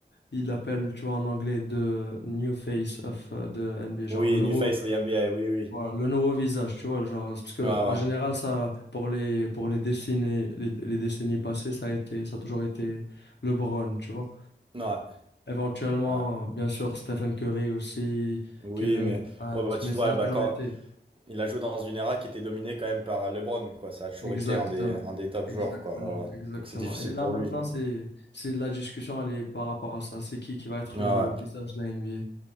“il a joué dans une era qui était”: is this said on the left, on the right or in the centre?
Right